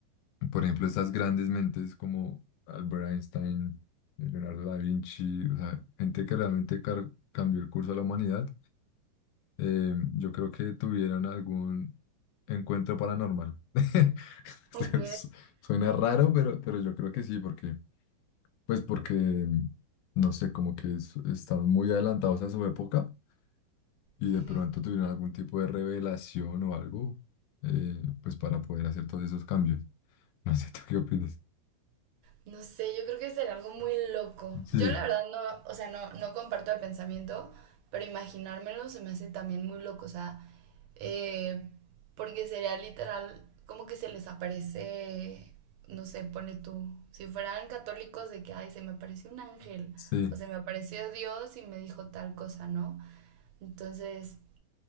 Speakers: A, on the left; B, on the right.
A: por ejemplo, estas grandes mentes como Albert Einstein, eh, Leonardo da Vinci, o sea, gente que realmente car- cambió el curso de la humanidad eh, yo creo que tuvieron algún encuentro paranormal. <laughs>
B: Ok.
A: Entonces, Suena raro, pero, pero yo creo que sí, porque, pues porque, no sé, como que es- estaban muy adelantados a su época y
B: Uh -huh.
A: de pronto tuvieron algún tipo de revelación o algo, eh, pues para poder hacer todos esos cambios. <laughs> No sé, ¿tú qué opinas?
B: No sé, yo creo que será algo muy loco.
A: Sí,
B: Yo la verdad no, o sea, no, no comparto el pensamiento, pero imaginármelo se me hace también muy loco, o sea, eh, porque sería literal como que se les aparece, no sé, pone tú, si fueran católicos de que, ay, se me apareció un ángel,
A: sí,
B: o se me apareció Dios y me dijo tal cosa, ¿no? Entonces,